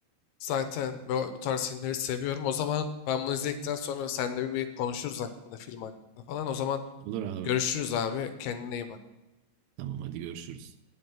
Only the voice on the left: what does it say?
Zaten bu, bu tarz filmleri seviyorum. O zaman ben bunu izledikten sonra seninle bir, bir konuşuruz hakkında film hakkında falan. O zaman
görüşürüz abi. Kendine iyi bak.